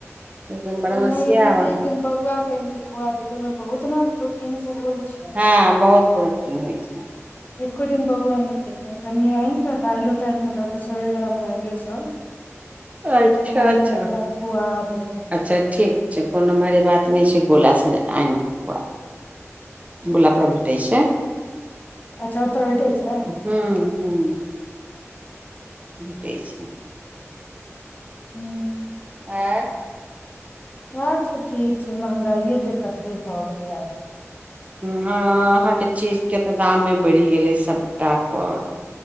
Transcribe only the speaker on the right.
लेकिन बरमसिया
मे
हँ बहुत प्रोटीन होइ छै
अच्छा
अच्छा
अच्छा ठीक छै कोनो भारी बात नहि छै गोला आनि कऽ खुआ गुला पर भेटै छै
ह्म्म ह्म भेटै छै
आँय
हँ-हाँ हर चीजके तऽ दामे बढ़ि गेलै सभटापर